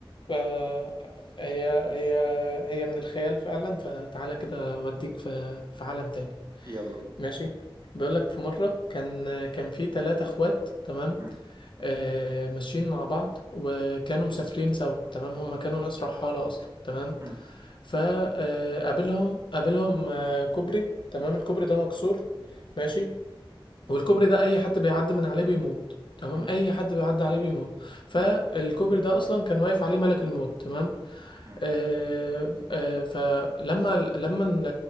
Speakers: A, on the left (about 60°); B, on the right (about 35°).
A: فهي هي هي من الخيال فعلا فتعالى كده اوديك في في عالم تاني
B: يلا بينا
A: ماشي بيقولك في مرة كان كان في ثلاثة اخوات تمام
B: م-
A: آه، ماشيين مع بعض وكانوا مسافرين سوا تمام هما كانوا ناس رحالة أصلا تمام
B: م-
A: فقابلهم قابلهم قابلهم، آه، كوبري تمام الكوبري ده مكسور ماشي والكوبري
B: ماشي
A: ده اي حد بيعدي من عليه بيموت تمام
B: م-
A: اي حد بيعدي عليه بيموت فالكوبري
B: م-
A: ده اصلا كان واقف عليه ملك الموت تمام
B: م-
A: آه آه فلما لما ال-